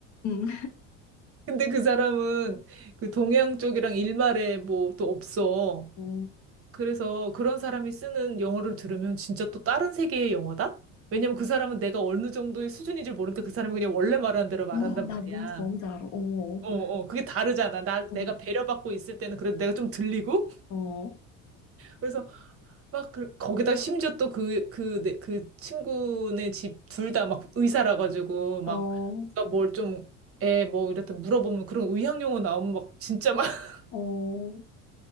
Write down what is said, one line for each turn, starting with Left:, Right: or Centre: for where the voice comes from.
Left: 음.
Right: 근데 그 사람은 그 동양 쪽이랑 일말에 뭐 또 없어.
Left: 어,
Right: 그래서 그런 사람이 쓰는 영어를 들으면 진짜 또 다른 세계의 영어다? 왜냐면 그 사람은 내가 어느 정도의 수준인지 모르니까 그 사람이 그냥 원래 말하는 대로 말한단
Left: 어, 나
Right: 말이야.
Left: 뭔지 너무 잘 알아. 어,
Right: 어, 어, 그게 다르잖아. 나, 내가
Left: 어,
Right: 배려받고 있을 때는 그래도 내가 좀 들리고,
Left: 어,
Right: 그래서 막 그- 거기다 심지어 또 그, 그, 내- 그 친구네 집 둘 다 막 의사라 가지고 막
Left: 어,
Right: 뭘 좀 애 뭐 이랬다 물어보면 그런 의학 용어 나오면 막 진짜 막 <laughs>
Left: 어,